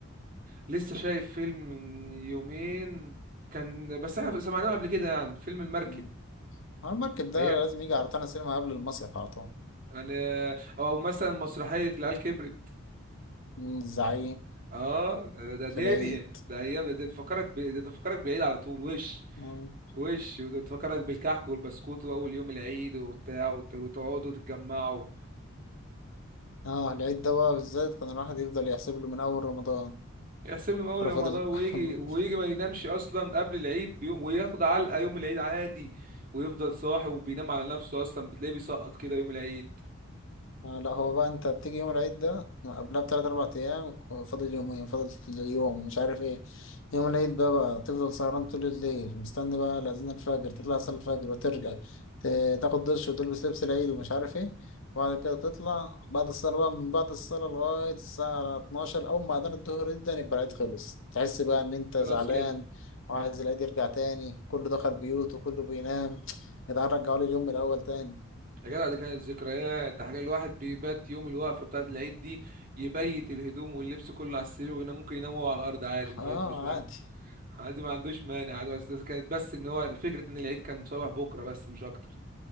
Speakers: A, on the right; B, on the left.
A: لسه شايف فيلم من يومين كان بس احنا سمعناه قبل كده يعني فيلم المركب
B: مم. على المركب ده
A: ايام
B: لازم يجي على روتانا سينما قبل المصيف على طول
A: يعني او أو مثلا مسرحية العيال كبرت
B: مم، الزعيم
A: اه ده ده دنيا
B: في العيد
A: ده ايام ده تفكرك ب... ده تفكرك بعيد على طول وش
B: اه
A: وش وده تفكرك بالكحك والبسكوت واول يوم العيد وبتاع وت... وتقعدوا وتتجمعوا
B: آه، العيد ده بقى بالذات كان الواحد يفضل يحسب له من أول رمضان
A: يحسب لهم اول
B: كان
A: يوم
B: فاضل
A: رمضان ويجي
B: <laughs>
A: ويجي ما ينامش اصلا قبل العيد بيوم وياخد علقة يوم العيد عادي ويفضل صاحي وبينام على نفسه اصلا بتلاقيه بيسقط كده يوم العيد
B: آه لا هو بقى انت بتيجي يوم العيد ده قبلها بتلات اربع ايام فاضل يومين فاضل اليوم مش عارف ايه يوم العيد ده بقى تفضل سهران طول الليل مستني بقى لأذان الفجر تطلع صلاة الفجر وترجع ت- تاخد دش وتلبس لبس العيد ومش عارف ايه وبعد كده تطلع بعد الصلاة بقى من بعد الصلاة لغاية الساعة 12 أول ما أذان الظهر يبدأ يبقى العيد خلص تحس بقى إن أنت زعلان
A: خلاص كده
B: وعايز العيد يرجع تاني كله دخل بيوته كله بينام يا جدعان رجعوا لي اليوم من الأول تاني
A: يا جدع دي كانت ذكريات ده حاجة الواحد بيبات يوم الوقفة بتاعة العيد دي يبيت الهدوم واللبس كله على السرير وينام ممكن ينام هو على الأرض عادي ما
B: اه
A: فيهاش مش مانع
B: عادي
A: عادي ما عندوش مانع عادي بس بس كانت بس إن هو فكرة إن العيد كان صباح بكرة بس مش أكتر